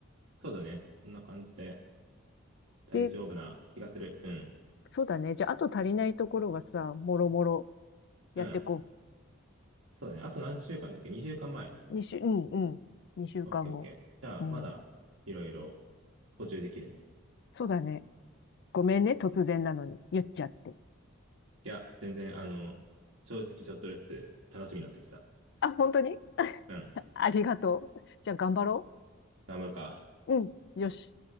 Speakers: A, on the right; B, on the left.
A: そうだね。こんな感じで大丈夫な気がする。
B: で、
A: うん。
B: そうだね。じゃあ、あと足りないところはさ、もろもろやってこ
A: うん。そうだね。あと何週間だっけ ?2 週間前。
B: う。二週、うんうん。二週間後。
A: オッケーオッケー。じゃあ、
B: うん。
A: まだいろいろ補充できるね。
B: そうだね。ごめんね、突然なのに。言っちゃって。
A: いや、全然、あの、正直ちょっとずつ楽しみになってきた。
B: あ、本当に <laughs>
A: うん。
B: ありがとう。じゃあ、頑張ろ
A: 頑張るか。
B: う。うん。よし。